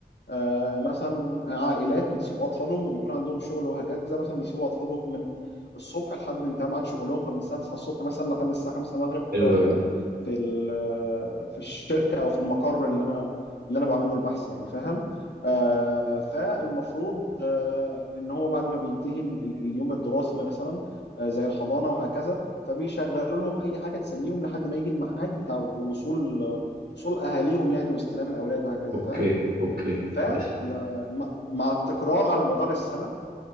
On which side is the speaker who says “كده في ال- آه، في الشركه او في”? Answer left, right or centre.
Left